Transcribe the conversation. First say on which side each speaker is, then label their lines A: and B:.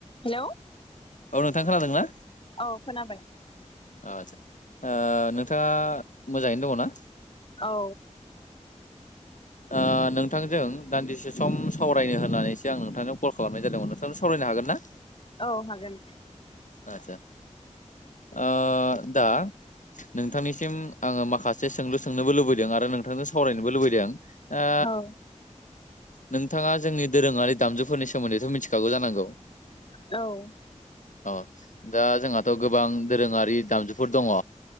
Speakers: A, on the left; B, on the left.
A: हेल'
B: औ नोंथां खोनादों ना?
A: औ खोनाबाय।
B: अ' आदसा ओ नोंथाङा मोजाङैनो दङ ना?
A: औ।
B: ओ नोंथांजों दान्दिसे सम सावरायनो होननानैसो आं नोंथांजों कल खालामनाय जादोंमोन नोंथांजों सावरायनो हागोन ना?
A: औ हागोन।
B: आदसा ओ दा नोंथांनिसिम आङो माखासे सोंलु सोंनोबो लुबैदों। आरो नोंथांजों सावरायनोबो लुबैदों। ओ
A: औ
B: नोंथाङा जोंनि दोरोङारि दामजुफोरनि सोमोन्दैथ' मिथिखागौ जानांगौ?
A: औ
B: अ दा जोंहाथ' गोबां दोरोङारि दामजुफोर दङ।